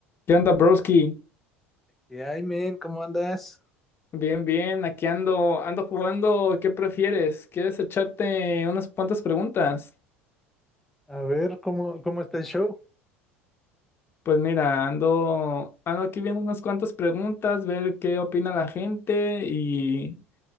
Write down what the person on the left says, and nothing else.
¿Qué onda, broski?
Bien, bien, aquí ando, ando jugando. ¿Qué prefieres? ¿Quieres echarte unas cuantas preguntas?
Pues mira, ando, ando aquí viendo unas cuantas preguntas, ver qué opina la gente y,